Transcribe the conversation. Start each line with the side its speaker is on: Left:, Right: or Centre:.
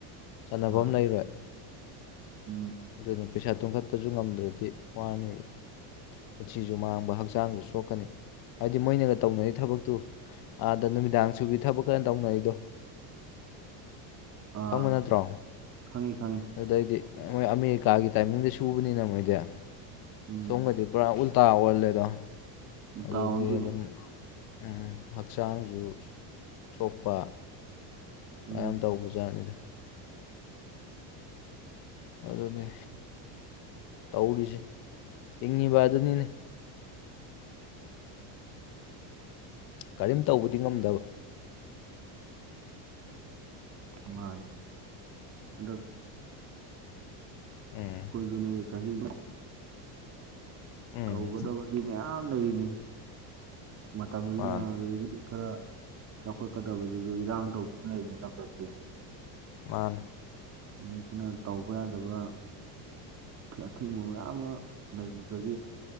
Left: ꯆꯟꯅꯐꯝ
Right: ꯃꯥꯅꯦ
Left: ꯂꯩꯔꯣꯏ
Right: ꯎꯝ
Left: ꯗꯨꯅꯦ ꯄꯩꯁꯥ ꯇꯨꯡꯈꯠꯄꯁꯨ ꯉꯝꯗ꯭ꯔꯗꯤ ꯋꯥꯅꯦꯕ ꯄꯨꯟꯁꯤꯁꯨ ꯃꯥꯡꯕ ꯍꯛꯆꯥꯡꯁꯨ ꯁꯣꯛꯀꯅꯤ ꯍꯥꯏꯗꯤ ꯃꯣꯏꯅꯒ ꯇꯧꯅꯔꯤ ꯊꯕꯛꯇꯨ ꯑꯥꯗ ꯅꯨꯃꯤꯗꯥꯡ ꯁꯨꯕꯤ ꯊꯕꯛꯀ ꯇꯧꯅꯔꯤꯗꯣ
Right: ꯑꯥ
Left: ꯈꯪꯕ ꯅꯠꯇ꯭ꯔꯣ
Right: ꯈꯪꯉꯤ ꯈꯪꯉꯤ
Left: ꯑꯗꯨꯗꯩꯗꯤ ꯑ ꯃꯣꯏ ꯑꯃꯦꯔꯤꯀꯥꯒꯤ ꯇꯥꯏꯃꯤꯡꯗ ꯁꯨꯕꯅꯤꯅ ꯃꯣꯏꯗꯤ
Right: ꯎꯝ
Left: ꯁꯣꯝꯒꯗꯤ ꯄꯨꯔꯥ ꯎꯜ ꯇꯥ ꯑꯣꯜꯂꯦꯗꯣ ꯑꯗꯨꯗꯤ
Right: ꯗꯥꯎꯟ ꯑꯣꯟꯗꯣꯏꯅꯦ
Left: ꯑꯗꯨꯝ ꯎꯝ ꯍꯛꯆꯥꯡꯁꯨ ꯁꯣꯛꯄ
Right: ꯎꯝ
Left: ꯑꯌꯥꯝ ꯇꯧꯕꯖꯥꯠꯅꯤꯗ ꯑꯗꯨꯅꯦ ꯇꯧꯔꯤꯖꯦ ꯍꯤꯡꯉꯤꯕ ꯑꯗꯨꯅꯤꯅꯦ ꯀꯔꯤꯝ ꯇꯧꯕꯗꯤ ꯉꯝꯗꯕ
Right: ꯃꯥ ꯑꯗ
Left: ꯎꯝ
Right: ꯈꯣꯏꯖꯨꯅꯤ ꯁꯍꯤ
Left: ꯎꯝ
Right: ꯇꯧꯒꯗꯣ ꯍꯧꯖꯤ ꯃꯌꯥꯝ ꯂꯩꯅꯤ ꯃꯇꯝꯁꯤꯅ
Left: ꯃꯥꯅꯤ
Right: ꯑꯗꯨꯗꯒꯤꯗꯤ ꯈꯔ ꯆꯥꯎꯈꯠꯀꯗꯕꯗꯨꯁꯨ ꯏꯔꯥꯡ ꯇꯧꯗꯨꯅ ꯂꯩꯔꯤꯦ ꯂꯝꯗꯝꯁꯦ
Left: ꯃꯥꯥꯡ
Right: ꯑꯁꯤꯅ ꯇꯧꯕ ꯌꯥꯗꯕ ꯑꯊꯤꯡꯕ ꯃꯌꯥꯝ ꯑꯃ ꯂꯩꯈꯤꯕꯗꯒꯤ